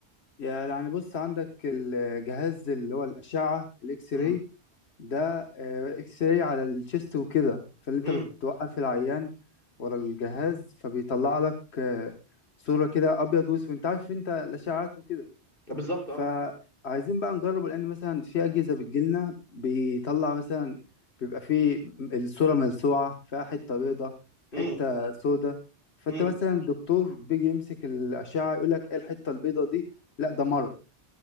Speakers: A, on the left; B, on the left.
A: يعني بص عندك الجهاز اللي هو الاشعه الاكس
B: امم
A: راي ده آه اكس راي على الشيست وكده فاللي انت
B: امم
A: بتوقف العيان ورا الجهاز فبيطلع لك آه صوره كده ابيض واسود انت عارف انت الاشعات وكده
B: آه، بالظبط
A: فعايزين
B: اه
A: بقى نجرب لان مثلا في اجهزه بتجيلنا بيطلع مثلا بيبقى فيه الصوره ملسوعه فيها حته بيضه حته
B: امم
A: سودة فانت
B: امم
A: مثلا الدكتور بيجي يمسك الاشعه يقول لك ايه الحته البيضه دي لا ده مرض